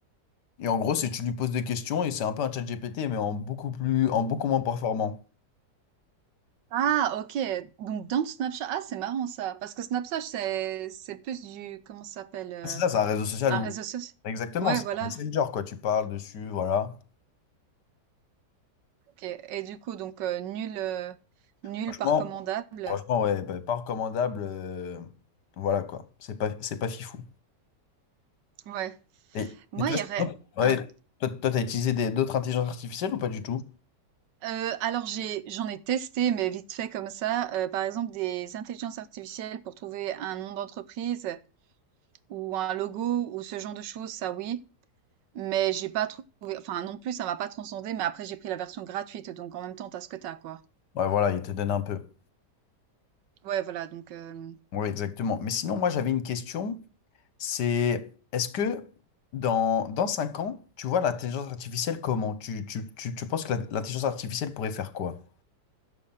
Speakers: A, on the left; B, on the right.
A: Et en gros, c'est tu lui poses des questions et c'est un peu un chat GPT, mais en beaucoup plus, en beaucoup moins performant.
B: Ah, ok. Donc dans Snapchat, ah, c'est marrant ça, parce que Snapchat c'est c'est plus du, comment ça s'appelle, euh,
A: C'est ça, c'est un réseau social
B: un
A: où.
B: réseau social.
A: Exactement,
B: Ouais,
A: c'est
B: voilà.
A: un messenger, quoi. Tu parles dessus, voilà.
B: Ok. Et du coup, donc euh, nul, euh, nul
A: Franchement,
B: par commandable.
A: franchement, ouais, pas pas recommandable. euh, voilà quoi, c'est pas, c'est pas fifou.
B: Ouais.
A: Et,
B: Moi,
A: et toi,
B: il
A: c'est-
B: y aurait
A: non. ouais,
B: un.
A: toi, toi, t'as utilisé des- d'autres intelligences artificielles ou pas du tout?
B: euh, alors j'ai, j'en ai testé, mais vite fait comme ça. euh, par exemple, des intelligences artificielles pour trouver un nom d'entreprise ou un logo ou ce genre de choses, ça oui. Mais j'ai pas trouvé. Enfin, non plus, ça m'a pas transcendé. Mais après, j'ai pris la version gratuite, donc en même temps, t'as ce que t'as, quoi.
A: Ouais, voilà, il te donne un peu.
B: Ouais, voilà. Donc, euh,
A: Oui, exactement. Mais sinon, moi, j'avais une question. C'est, est-ce que dans, dans 5 ans, tu vois l'intelligence artificielle comment? Tu, tu, tu, tu penses que la- l'intelligence artificielle pourrait faire quoi?